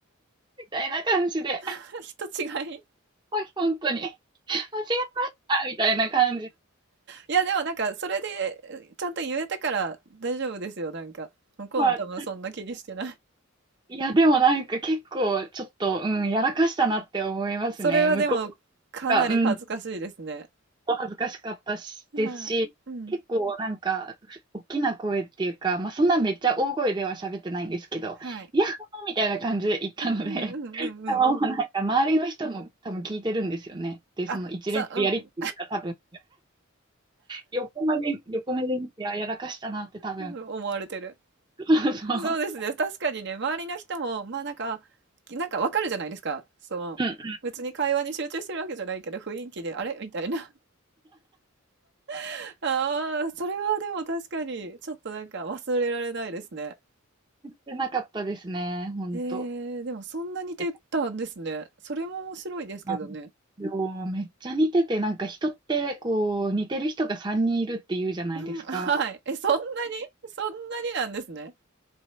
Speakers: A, on the right; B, on the right.
A: みたいな感じで。
B: <laughs> 人違い
A: はい本当に。間違えましたみたいな感じ。
B: いや、でもなんか、それで、ちゃんと言えたから大丈夫ですよ、なんか。向こうも多分そんな気にしてない。
A: まあ、いや、でもなんか結構ちょっと、うん、やらかしたなって思いますね。
B: それはでも、
A: 向こう
B: かなり恥ずかしいですね。
A: が、うん、恥ずかしかったし、
B: はい。
A: ですし、
B: うん。
A: 結構なんか、大きな声っていうか、まあそんなめっちゃ大声では喋ってないんですけど、
B: はい。
A: いや、みたいな感じで言ったので、
B: うんうんうんうんうん。
A: もうなんか周りの人も多分聞いてるんですよね。で、
B: あ、
A: その一連のやりとりが多分、
B: さ、うん。
A: 横目で、横目で見て、あ、やらかしたなって多分。
B: うん思われてる。
A: <laughs> そうそう。
B: そうですね。確かにね、周りの人も、まあなんか、きなんかわかるじゃないですか。その、
A: うん
B: 別に会話に集中してるわけじゃないけど、雰囲気で、あれみたいな。<laughs> ああ、それはでも確かに、ちょっとなんか忘れられないですね。
A: てなかったですね、ほんと。
B: えーでもそんなに出たんですね。
A: いや
B: それも面白いですけどね。
A: あのめっちゃ似てて、なんか人ってこう似てる人が3人いるって言うじゃないですか。
B: うん、はい。え、そんなに？そんなになんですね。